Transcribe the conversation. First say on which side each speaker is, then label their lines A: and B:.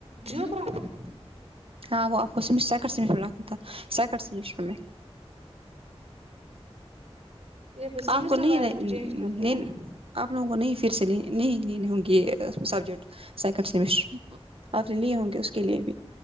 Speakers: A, on the right; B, on the right.
A: جیوگررافی
B: ہاں وہ آپ کو سم سیکنڈ سیمسٹر رکھنا تھا سیکنڈ سیمسٹر میں
A: یہ پھر سمسٹر
B: آپ کو نہیں
A: وائز بھی چینج کرتے ہیں
B: آپ لوگوں کو نہیں فر سے نی نہیں لینے ہوں گے سبجیکٹ سیکنڈ سیمسٹر آپ نے لیے ہوں گے اس کے لیے بھی